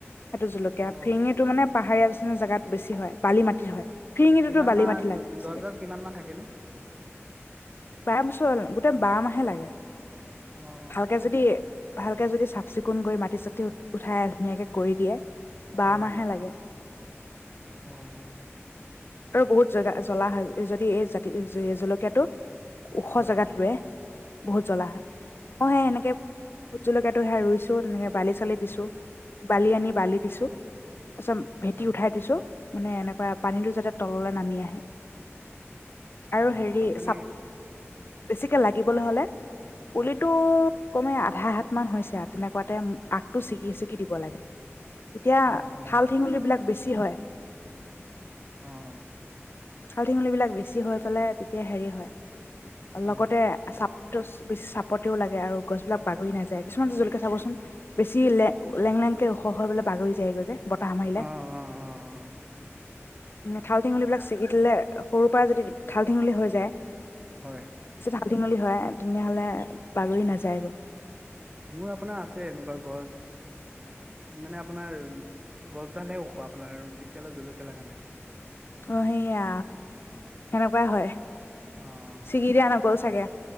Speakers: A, on the left; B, on the right.
A: সেইটো জলকীয়া।
B: অ
A: ফিৰিঙিটো মানে পাহাৰীয়া। জেগাত বেছি হয় বালি মাটি হয়। ফিৰিঙিটোতো
B: কিমান
A: বালি
B: মাহ
A: মাটি লাগে
B: গছডাল
A: চাগে
B: কিমান মাহ থাকেনো
A: বাৰ বছৰতে গো বাৰ মাহে লাগে।
B: অ অ
A: ভালকে যদি ভালকে যদি চাফ-চিকু কুণ গৈ মাটি চাটি উঠাই ধুনাকে কৰি দিয়ে বা
B: হয়
A: মাহে লাগে।
B: অ', - অ',
A: আৰু বহুত জগা জ্বলা হয় এই যদি এই জাতি জ জলকীয়াটো। ওখ
B: হয়
A: জেগাত ৰুৱে বহুত জ্বলা হয়। অ', সে সেনেকে ভোট জলকীয়াতটো সে ৰুইছো তেনেকে বালি চালি দিছো বালি আনি বালি দিছো। অচম ভেটি
B: হয়
A: উঠাই দিছো। মানে এনেকুৱা পানীতো যাতে। তললে নামি আহে। আৰু
B: অ
A: হেৰি
B: আপুনি
A: চাপ। বেছিকে লাগিবলৈ হ'লে। পুলিটো।
B: হয়
A: কমে আধা হাতমান হৈছে আৰু তেনেকুৱাতে আগটো ছিগি - ছিগি দিব লাগে। তেতিয়া
B: অ অ
A: ঠাল ঠেঙুলি বিলাক বেছি হয়।
B: অ অ',
A: ঠাল -ঠেঙুল বিলাক বেছি হৈ পেলাই তেতিয়া হেৰি হয়।
B: অ
A: লগতে চাপ। <inaudible> চাপতেও লাগে আৰু গছ বিলাক বাগৰি নাযায়। কিছুমান জলকীয়া চাবচোন বেছি লে লেং লেংকে ওখ হৈ বাগৰি যায়গৈ যে। বতাহ মাৰিলে।
B: অ অ অ
A: নে ঠাল-ঠেঙুলী বিলাক। লে সৰুৰ পৰা যদি ঠাল-ঠেঙুলি হৈ যায়।
B: হয়।
A: ঠাল-ঠেঙুলি হয়াই তেনেহলে বাগৰি নাযায় গ।
B: মোৰ আপোনাৰ আছে এনেকুৱা গছ। মানে আপোনাৰ গছডালহে ওখ আপোনাৰ এতিয়া লৈ জলকীয়া লগা নাই।
A: অ' সেইয়া, সেনেকুৱাই হয়।
B: অ'
A: ছিগি দিয়া নগ'ল চাগে